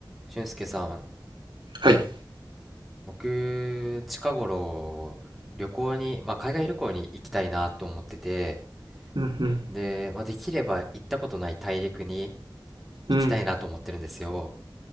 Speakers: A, in the centre; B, on the right.
A: 俊介さん、
B: はい。
A: 僕、近頃、旅行に、まあ、海外旅行に行きたいなと思ってて、
B: うんうん。
A: で、まあ、できれば行ったことない大陸に
B: うん。
A: 行きたいなと思ってるんですよ。